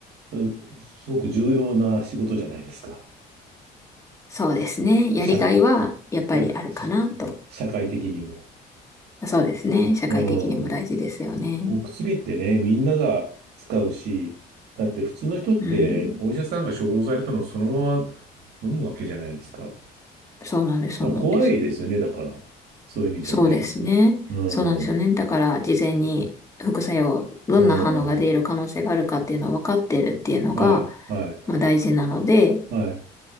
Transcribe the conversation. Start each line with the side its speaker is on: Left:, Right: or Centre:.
Right: うすごく重要な仕事じゃないですか。
Left: そうですね。やりがいは、
Right: 社、
Left: やっぱりあるかなと。
Right: 社社会的にも。
Left: そうですね。社会的にも大事ですよね。
Right: うん。お薬ってね、みんなが使うし、だって普通の人ってお医者さんが処方されたのをそのまま
Left: うん。
Right: 飲むわけじゃないですか。だか
Left: そうなんです、そうなんです。
Right: ら怖いですよね、だから。そういう意味じゃね。
Left: そうですね。
Right: う
Left: そうなんですよね。
Right: ん。
Left: だから、事前に副作用、どんな反応が出る可能性があるかっていうのを分かってるっていうのが、
Right: うん。はい、はい、
Left: まあ大事なので、
Right: はい、